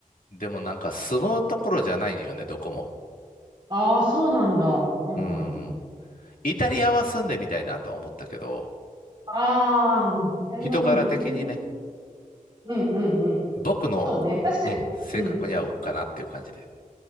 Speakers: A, on the left; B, on the right.
A: でもなんか住むところじゃないよね、どこも。
B: ああ、そうなんだ。うん、
A: うん。
B: うん。
A: イタリアは住んでみたいなとは思ったけど、
B: ああ、うんイタリアもいいよね。
A: 人柄的にね、
B: うん、うん、うん。
A: 僕の、
B: そうね。確かに。
A: うん、性格に合うかなっていう感じで。
B: うん。